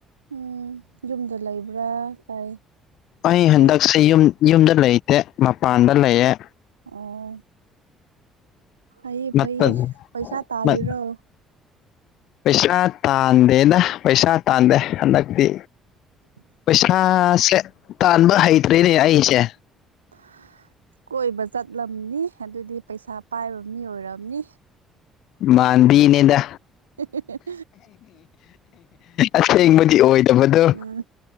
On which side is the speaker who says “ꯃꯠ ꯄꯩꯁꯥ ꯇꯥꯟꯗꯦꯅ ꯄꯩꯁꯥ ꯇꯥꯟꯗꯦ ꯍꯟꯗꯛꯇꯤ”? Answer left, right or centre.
Left